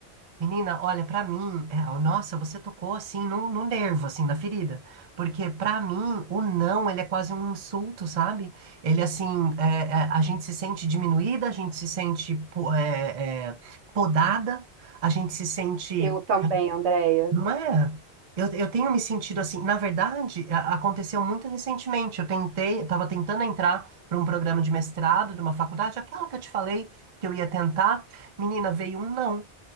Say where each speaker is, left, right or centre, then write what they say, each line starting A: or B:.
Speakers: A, on the right; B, on the right.
A: Menina, olha, pra mim, é, ó, nossa, você tocou assim no, no nervo, assim, na ferida. Porque pra mim, o não, ele é quase um insulto, sabe? Ele, assim, é, é, a gente se sente diminuída, a gente se sente po- é, é, podada, a gente se sente
B: Eu também, Andréia.
A: Não é? Eu, eu tenho me sentido assim. Na verdade, a- aconteceu muito recentemente. Eu tentei, eu estava tentando entrar para um programa de mestrado de uma faculdade, aquela que eu te falei que eu ia tentar. Menina, veio um não.